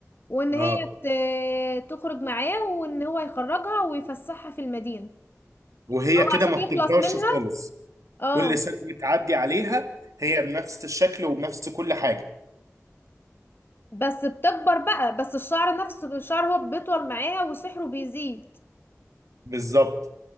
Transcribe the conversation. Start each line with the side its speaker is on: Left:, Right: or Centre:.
Left: وان
Right: اه
Left: هي ت- تخرج معاه وان هو يخرجها ويفسحها في المدينة
Right: وهي
Left: هو
Right: كده
Left: عشان
Right: ما بتكبرش
Left: يخلص منها
Right: خالص
Left: اه
Right: كل سنة بتعدي عليها هي بنفس الشكل وبنفس كل حاجة
Left: بس بتكبر بقى بس الشعر نفسه الشعر هو بيطول معاها وسحره بيزيد
Right: بالظبط